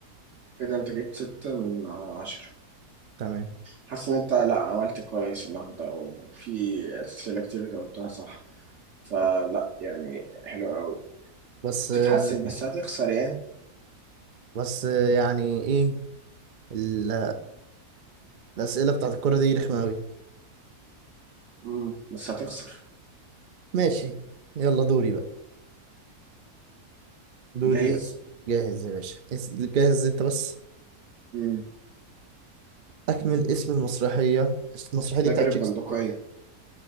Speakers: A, on the right; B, on the right.
A: كده انت جبت ستة من عشرة
B: تمام
A: حاسس ان انت لا عملت كويس النهارده وفي أسئلة كتير جاوبتها صح فلا يعني حلو قوي
B: بس
A: بتتحسن
B: آه،
A: بس هتخسر يعني
B: بس آه، يعني ايه ال- الأسئلة بتاعت الكرة دي رخمة أوي
A: امم بس هتخسر
B: ماشي يلا دوري بقى دوري
A: جاهز
B: أس جاهز يا باشا اس- جاهز انت بس
A: امم
B: اكمل اسم المسرحية اسم المسرحية دي
A: تجربة
B: بتاعت شكسبير
A: بندقية